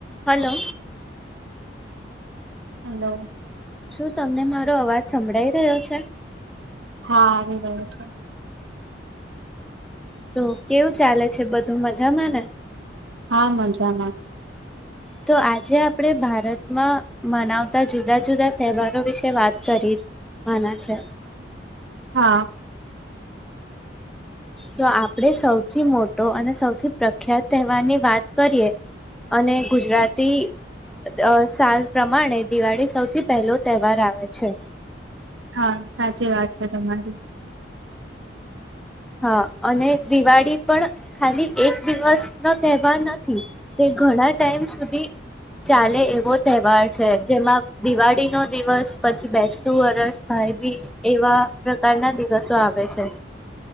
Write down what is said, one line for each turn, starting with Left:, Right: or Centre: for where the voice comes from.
Centre: હલો.
Right: હલો.
Centre: શું તમને મારો અવાજ સંભળાઈ રહ્યો છે?
Right: હા આવી રહો છે.
Centre: તો કેવું ચાલે છે બધું મજામાં ને?
Right: હા મજામાં.
Centre: તો આજે આપણે ભારતમાં મનાવતા જુદા જુદા તહેવારો વિષય વાત કરી, આને છે.
Right: હા.
Centre: તો આપણેે સૌથી મોટો અને સૌથી પ્રખ્યાત તહેવારની વાત કરીએ, અને ગુજરાતી અહ સાલ પ્રમાણે દિવાળી સૌ થી પહેલો તહેવાર આવે છે.
Right: હા, સાચી વાત છે તમારી.
Centre: હા, અને દિવાળી પણ ખાલી એક દિવસ નો તહેવાર નથી, તે ઘણા ટાઈમ સુધી ચાલે એવો તહેવાર છે. જેમાં દિવાળી નો દિવસ, પછી બેસતું વરસ, ભાઈબીસ એવા પ્રકારના દિવસો આવે છે.